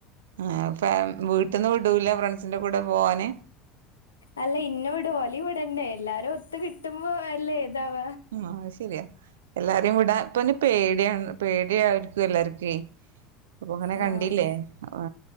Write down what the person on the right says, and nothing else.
ആ ഫാ വീട്ടിന്ന് വിടൂല്ല ഫ്രണ്ട്സിന്റെ കൂടെ പോവാന്
ആ അത് ശരിയാ എല്ലാരും വിടാ ഇപ്പൊന്ന പേടിയാണ് പേടിയായിരിക്കും എല്ലാര്ക്കോ അപ്പൊ അങ്ങനെ
കണ്ടില്ലേ ആ